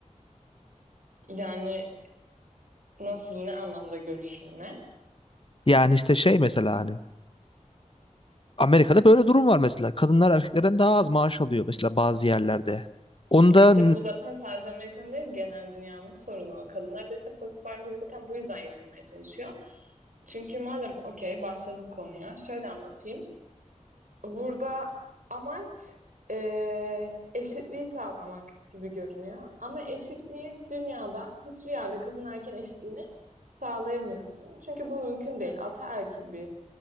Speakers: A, on the right; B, on the left.
A: Yani nasıl ne anlamda görüşün ne?
B: Yani işte şey mesela hani Amerika'da böyle durum var mesela kadınlar erkeklerden daha az maaş alıyor mesela bazı yerlerde. Onda
A: İşte bu zaten sadece Amerika'nın değil genel dünyanın sorunu. Kadınlar da işte pozitif ayrımcılık zaten bu yüzden yapılmaya çalışıyor. Çünkü madem okey başladık konuya şöyle anlatayım. Burada amaç eee, eşitliği sağlamak gibi görünüyor. Ama eşitliği dünyada hiçbir yerde kadın erkeğin eşitliğini sağlayamıyorsun. Çünkü bu mümkün değil. Ataerkil bir